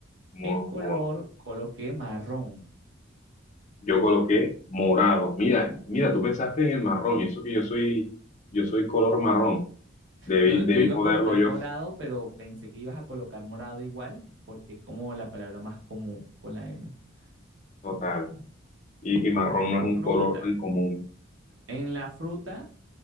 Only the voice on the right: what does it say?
En color
coloqué marrón,
No, yo
iba
a colocar
morado, pero pensé que ibas a colocar morado igual, porque es como la palabra más común con la M.
Ujú.
Listo,
fruta.
En la fruta